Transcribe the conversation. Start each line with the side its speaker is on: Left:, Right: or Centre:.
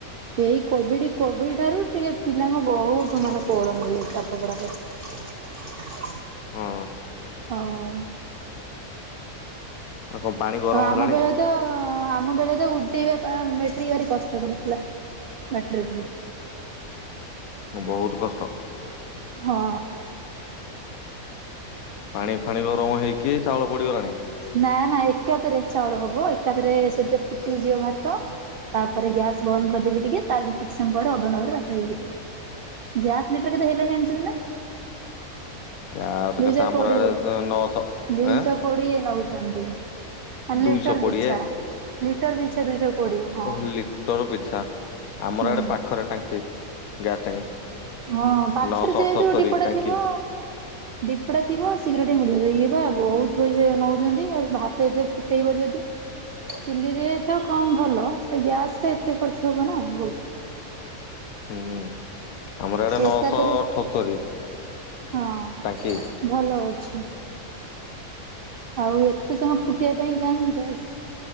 Right: ଏଇ କୋବିଡି କୋବିଡି ଠାରୁ ଟିକେ ପିଲାଙ୍କ ବହୁତ ମାନେ ଷୋହଳ ମଇ ଏ ପାଠ ଫଢା ର
Left: ହଁ
Right: ଓ ହୋ।
Left: ଆଉ କଣ ପାଣି ଗରମ
Right: ଆମ
Left: ହେଲାଣି
Right: ବେଳେ ତ ଆମ ବେଳେ ତ ଉ ସିଇବା ପା ମେଟ୍ରିକ୍ ଭାରି କଷ୍ଟ କରୁଥିଲା। ମାଟ୍ରିକ ରୁ
Left: ମୁଁ ବହୁତ କଷ୍
Right: ହଁ।
Left: ପାଣି ଫାଣି ଗରମ ହେଇକି ଚାଉଳ ପଡିଗଲାଣି।
Right: ନା ନା ଏକାଥରେ ଚାଉଳ ହବ। ଏକାଥରେ ସେଥିରେ ଫୁଟିଯିବ ଭାତ। ତାପରେ ଗ୍ୟାସ ବନ୍ଦ କରିଦେବି ଟିକେ। ତା ବି କିଛି ସମୟ ପରେ ଅଧଘଣ୍ଟା ପରେ ଭାତ ହେଇଯିବ। ଗ୍ୟାସ୍ ଲିଟର କେତେ ହେଲା ଜାଣିଛନ୍ତି ନା?
Left: ଗ୍ୟାସ
Right: ଦୁଇଶହ
Left: କେତେ ଆମର
Right: କୋଡିଏ।
Left: ଆଡେ ନଅଶହ
Right: ଦୁଇଶହ
Left: ଆଁ
Right: କୋଡିଏ ନଉଚନ୍ତି। ଲିଟର
Left: ଦୁଇଶହ କୋଡିଏ
Right: ପିଛା! ଲିଟର ପିଛା ଦୁଇଶହ କୋଡିଏ ହଁ।
Left: ଓହ ଲିଟର ପିଛା ଆମର
Right: ହୁଁ
Left: ଇଆଡେ ପାଖରେ ଟାଙ୍କି, ଗ୍ୟାସ ଟାଙ୍କି।
Right: ହଁ ପାଖରେ
Left: ନଅଶହ
Right: ଯେହେତୁ
Left: ଅଠସ୍ତରୀ
Right: ଡିପୋ ଟା
Left: ଟାଙ୍କି
Right: ଥିବ ଡିପୋ ଟା ଥିବ ଶୀଘ୍ର ଟିକେ ମିଳି ବ ଇଏ। ବା ବହୁତ ପଇସା ଇଏ ନଉଚନ୍ତି ଆଉ ଭାତ ଏଥେରେ ଫୁଟେଇବ ଯଦି। ଚୁଲିରେ ତ କମ ଭଲ ଗ୍ୟାସ ରେ ଏତେ ଖର୍ଚ୍ଚ ହବ ନା ବହୁତ।
Left: ହୁଁ ଆମର ଆଡେ ନଅଶ
Right: ଏକାଥରେ
Left: ଅଠସ୍ତରୀ।
Right: ହଁ
Left: ଟାଙ୍କି
Right: ଭଲ ଅଛି। ଆଉ ଏତେ ସମୟ ଫୁଟିବା ପାଇଁ କାହିଁ ଗ୍ୟାସ୍।